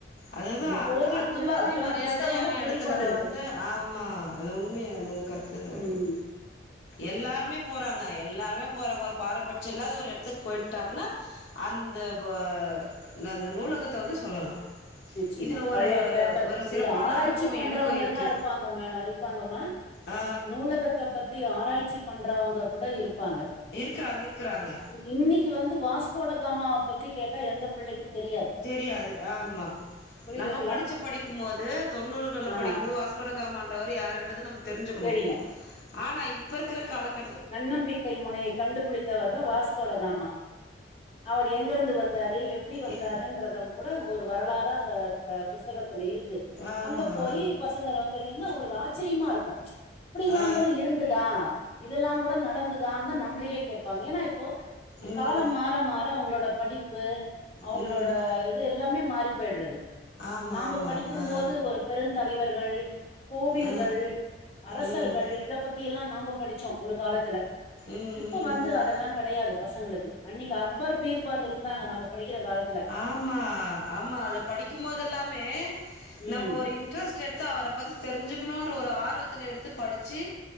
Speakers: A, on the left; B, on the left.
A: அதுதா அந்த
B: கோவில்குள்ள
A: அந்த மாதிரி
B: அத்தன
A: மரியாதையான
B: புஸ்தகமு குடிக்கொண்டிருக்கு
A: எடத்துல அத வந்து ஆமா அது உண்மையான கருத் து
B: ம்
A: அது எல்லாருமே போறாங்க எல்லாருமே போறாங்க ஒரு பாரபச்சோ இல்லாத ஒரு எடத்துக்கு போய்ட்டாங்னா அந்த ப அ அந்த நூலகத்த வந்து சொல்லலா
B: நிச்சயமா
A: இதுல ஒரு
B: பழைய பேப்பர்
A: ஒரு சிறப்பான
B: இதுல ஆராய்ச்சி
A: அனுபவோ
B: பண்றவங்கல்லா
A: எனக்கூ இருக்கு
B: இருப்பாங்க ம இருப்பாங்கம்மா
A: ஆ
B: நூலகத்த பத்தி ஆராய்ச்சி பண்றவங்க கூட இருப்பாங்க
A: இருக்குறாங்க இருக்குறாங்க
B: இ இன்னைக்கு வந்து வாஸ்கோடகாமாவ பத்தி கேட்டா எந்த பிள்ளைக்குந் தெரியாது
A: தெரியாது ஆமா
B: புரியுதுங்களா
A: நம்ப படிச்ச படிக்கும்போது தொண்ணூறுகள்ல
B: ஆ
A: படிக்கும் போது வாஸ் கோடகாமான்றவர் யாருன்றது நம்ம தெரிஞ்சுக்குணு
B: தெரியு
A: ஆனா இப்ப இருக்கிற காலக்
B: நன்னம்பிக்கை முனையை கண்டுபிடித்தவர் தா வாஸ்கோடகாமா அவுரு எங்கருந்து வந்தாரு எப்டி வந்தாருன்
A: இ
B: றதம் கூட அந்த ஒரு வரலாறா அந்த க புஸ்தகத்துல இருக்கு
A: ஆமா
B: அங்க போயி பசங்க ரன் தெரிஞ்சனா அவங்களுக்கு ஆச்சரியமா இருக்கு இப்டிலா
A: ஆ
B: கூட இருந்ததா இதெல்லா கூட நடந்ததான் தா நம்பளையே கேப்பாங்க ஏனா இப்போ
A: ம்
B: காலம் மாற மாற மாற அவங்களோட படிப்பு அவங்களோட
A: ம்
B: இது எல்லாமே மாறி போய்ட்றது
A: ஆமாம்
B: நாம்ப
A: ஆமாம்
B: படிக்கும்
A: ஆ
B: போது ஒரு பெருந்தலைவர்கள் கோவில்கள்
A: ஆ
B: அரசர்கள்
A: ம்
B: இத பத்தி எல்லா நாம்ப படிச்சோ ஒரு காலத்துல
A: ம்
B: இப்ப
A: ம்
B: வந்து
A: ம்
B: அதெல்லா கடையாது பசங்களுக்கு அன்னைக்கு அக்பர் பீர்பால் இருந்தாங்க நம்ம படிக்கிற காலத்
A: ஆமா ஆமா அத படிக்கும் போதெல்லாமே
B: ம்
A: நம்ம ஒரு இன் ட்ரெஸ்ட் எடுத்து அவர பத்தி தெரிஞ்சுக்கணுன்ற ஒரு ஆர்வத்துல எடுத்து படிச்சி